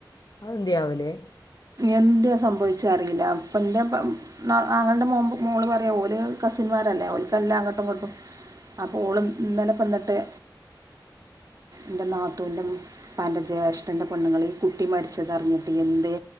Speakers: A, on the left (about 50°); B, on the right (about 45°).
A: അഹ് എന്തേ ആവ ലേ
B: എന്തേ സംഭവിച്ചേറിയില്ല അപ്പം ൻ്റെ ആങ്ങളയുടെ മോൾ പറയാം ഓല് കസിന്മാരല്ലേ ഓലക്കെല്ലാം അങ്ങോട്ടും ഇങ്ങോട്ടും അപ്പോൾ ഓള് ഇന്നലെ പിന്നെ ൻ്റെ നാത്തൂൻ്റെ പ്പാൻ്റെ ജയേഷ്ഠൻ്റെ പെണ്ണ്ങ്ങള്കുട്ടി മരിച്ചതറിഞ്ഞിട്ട് എന്തേ